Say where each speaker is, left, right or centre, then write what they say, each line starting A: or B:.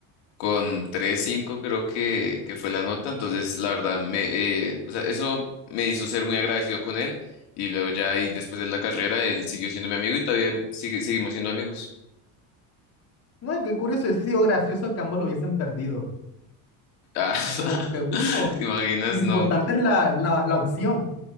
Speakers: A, on the left; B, on the left.
A: con tres cinco creo que, que fue la nota, entonces la verdad, me, eh, o sea, eso me hizo ser muy agradecido con él y luego ya ahí después de la carrera él siguió siendo mi amigo y todavía sigue, seguimos siendo amigos.
B: No, qué curioso, hubiese sido gracioso que ambos lo hubiesen perdido.
A: Ah, <laughs>
B: Como que, bueno,
A: ¿te imaginas?
B: lo importante
A: No,
B: es la, la, la opción.